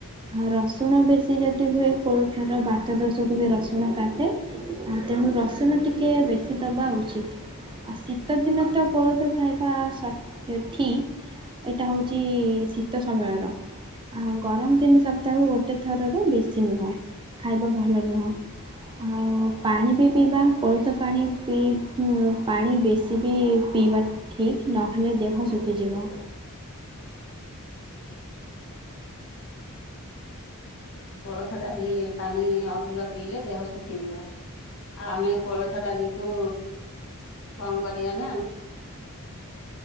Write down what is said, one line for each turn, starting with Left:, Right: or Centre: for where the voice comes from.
Right: ଆଉ ରସୁଣ ବେଶୀ ଯଦି ହୁଏ କୋଳଥର ବାତ ଦୋଷକୁ ବି ରସୁଣ କାଟେ। ତେଣୁ ରସୁଣ ଟିକେ ବେଶୀ ଦବା ଉଚିତ୍। ଆଉ ଶୀତଦିନ ତ କୋଳଥ ଖାଇବା ସ୍ୱାସ୍ ଠିକ୍। ଏଇଟା ହଉଚି ଶୀତ ସମୟର। ଆଉ ଗରମ ଦିନ ସପ୍ତାହକୁ ଗୋଟେ ଥରରୁ ବେଶୀ ନୁହଁ ଖାଇବା ଭଲ ନୁହଁ। ଆଉ ପାଣି ବି ପିଇବା କୋଳଥ ପାଣି ପିଇ ପାଣି ବେଶୀ ବେସି ବି ପିଇବା ଠିକ୍ ନହେଲେ ଦେହ ଶୁଖିଯିବ।
Left: କୋଳଥ ଡାଲି ପାଣି ଅଧିକ ପିଇଲେ ଦେହ ଶୁଖିଯିବ। ଆମେ କୋଳଥ ଡାଲିକୁୁ କଣ କରିବା ନା